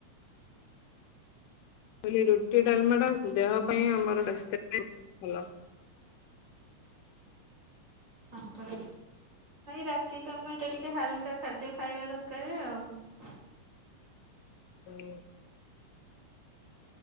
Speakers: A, on the left; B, on the right.
A: ଅଲି ରୋଟି ଡାଲମା ଟା ଦେହ ପାଇଁ
B: ଆଚ୍ଛା
A: ଆମର ସ୍ୱାସ୍ଥ୍ୟ ହେଲା।
B: ହଁ ରାତି ସମୟ ଟ ଟିକେ ହାଲକା ଖାଦ୍ୟ ଖାଇବା ଦରକାର ଆଉ।
A: ହୁଁ।